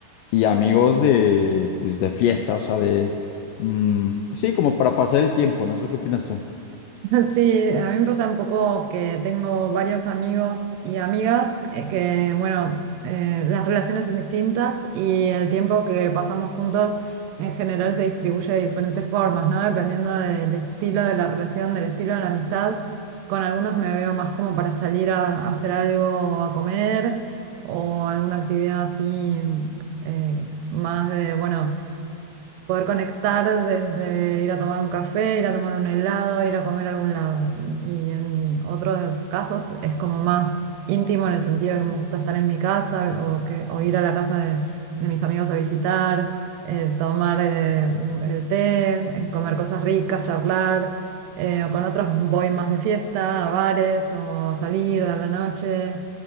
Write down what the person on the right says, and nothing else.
<laughs> Sí, a mí me pasa un poco que tengo varios amigos y amigas eh, que, bueno, eh, las relaciones son distintas y el tiempo que pasamos juntos en general se distribuye de diferentes formas, ¿no? Dependiendo del estilo de la relación, del estilo de la amistad. Con algunos me veo más como para salir a, a hacer algo, a comer o alguna actividad así eh, más de, bueno Poder conectar desde ir a tomar un café, ir a tomar un helado, ir a comer a algún lado. Y en otros casos es como más íntimo en el sentido de que me gusta estar en mi casa o, que, o ir a la casa de, de mis amigos a visitar, eh, tomar eh, un- el té, eh, comer cosas ricas, charlar. eh, o con otros voy más de fiesta, a bares o a salir a la noche.